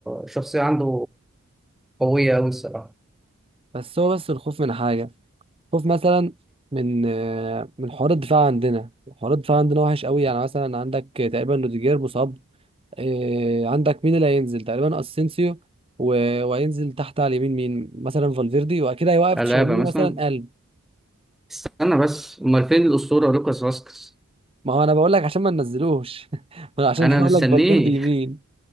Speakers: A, in the centre; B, on the right.
A: شخصيه عنده قويه قوي الصراحه.
B: بس هو بس الخوف من حاجة خوف مثلا من آه، من حوار الدفاع عندنا حوار الدفاع عندنا وحش قوي يعني مثلا عندك تقريبا روديجير مصاب إيه عندك مين اللي هينزل تقريبا اسينسيو و- وهينزل تحت على اليمين مين مثلا فالفيردي وأكيد هيوقف
A: ألابا
B: تشاوميني
A: مثلا
B: مثلا قلب
A: استنى بس امال فين الاسطوره لوكاس فاسكس؟
B: ما هو انا بقول لك عشان ما ننزلوش <laughs> ما أنا عشان
A: انا
B: كده بقول
A: مستنيه
B: لك فالفيردي يمين
A: <laughs>